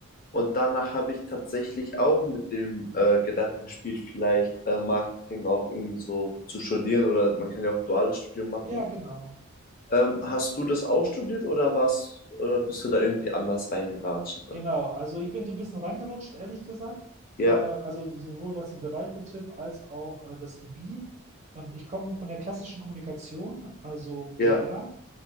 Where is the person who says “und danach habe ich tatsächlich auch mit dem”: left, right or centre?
Left